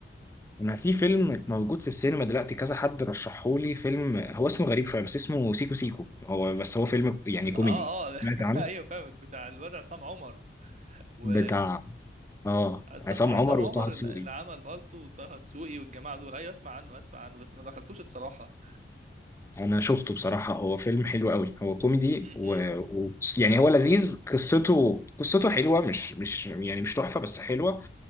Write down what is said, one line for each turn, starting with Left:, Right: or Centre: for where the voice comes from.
Left: انا في فيلم موجود في السينما دلوقتي كذا حد رشحهولي فيلم هو اسمه غريب شويه بس اسمه سيكو سيكو هو بس هو فيلم يعني كوميدي
Right: اه
Left: سمعت
Right: اه <laughs>
Left: عنه
Right: ايوه فاهمك بتاع الواد عصام عمر و
Left: بتاع اه
Right: عص-
Left: عصام
Right: عصام
Left: عمر وطه
Right: عمر
Left: دسوقي
Right: اللي عمل بالطو وطه دسوقي والجماعه دول ايوه اسمع عنه اسمع عنه بس ما دخلتوش الصراحه
Left: انا شفته بصراحه هو فيلم حلو قوي هو كوميدي
Right: امم
Left: و... و... يعني هو لذيذ قصته قصته حلوه مش مش يعني مش تحفه بس حلوه